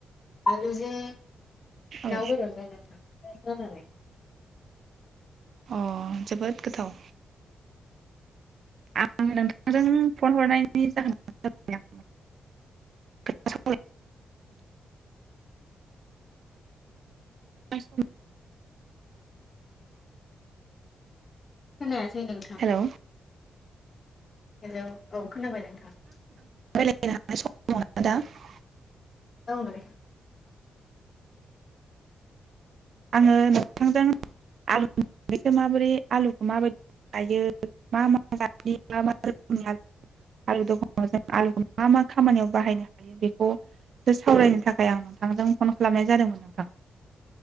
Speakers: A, on the left; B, on the right.
A: आलुजों
B: औ
A: दाउ बेदरजों द <unintelligible>
B: अ जोबोद गोथाव आं नोंथांजों फन हरनायनि जाहोन खोथ स
A: खोनायासै नोंथां
B: हेलौ
A: हेलौ औ खोनाबाय नोंथां
B: बेलहैनो हानाय सम मोन दा <unintelligible>
A: औ दे
B: आङो नोंथांजों आलुसो माबोरै आलुखौ माबायदि लायो मा मा गि मा मा रोखोमनि आलु दखानाव जों आलुखौ मा मा खामानियाव बाहायनो हायो बेखौसो सावरायनो थाखाय आं नोंथांजों फन खालामनाय जादोंमोन नोंथां